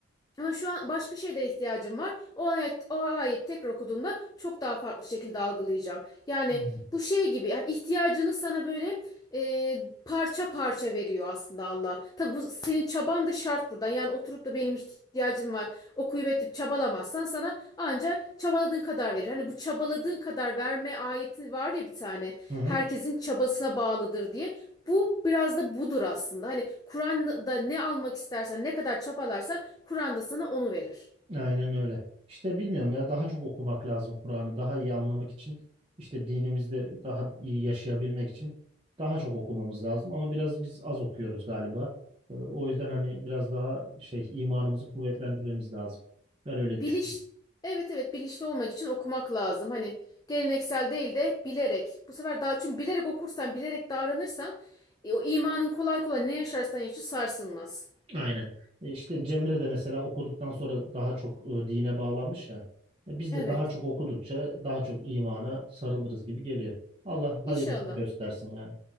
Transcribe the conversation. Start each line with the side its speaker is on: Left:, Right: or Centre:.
Left: Ama şu an başka şeylere ihtiyacım var. O ayet, o ayet tekrar okuduğumda çok daha farklı şekilde algılayacağım. Yani
Right: Evet.
Left: bu şey gibi yani ihtiyacını sana böyle e, parça parça veriyor aslında Allah. Tabi bu senin çaban da şart burada. Yani oturup da benim ihtiyacım var okuyup edip çabalamazsan sana ancak çabaladığın kadar verir. Hani bu çabaladığın kadar verme ayeti var ya bir tane.
Right: Hı hı.
Left: Herkesin çabasına bağlıdır diye. Bu biraz da budur aslında. Hani Kur'an'da ne almak istersen, ne kadar çabalarsan Kur'an'da sana onu verir.
Right: Aynen öyle. İşte bilmiyorum ya daha çok okumak lazım Kur'an'ı daha iyi anlamak için işte dinimizde daha iyi yaşayabilmek için daha çok okumamız lazım ama biraz biz az okuyoruz galiba. Ee, O yüzden hani biraz daha şey imanımızı kuvvetlendirmemiz lazım. Ben öyle düşünüyorum.
Left: Biliş, evet evet bilinçli olmak için okumak lazım. Hani geleneksel değil de bilerek. Bu sefer daha çünkü bilerek okursan, bilerek davranırsan e, o imanın kolay kolay ne yaşarsan yaşa sarsılmaz.
Right: Aynen. E İşte Cemre de mesela okuduktan sonra daha çok e, dine bağlanmış ya. E Biz
Left: Evet.
Right: de daha çok okudukça daha çok imana sarılırız gibi geliyor. Allah
Left: İnşallah.
Right: hayırlısını göstersin yani.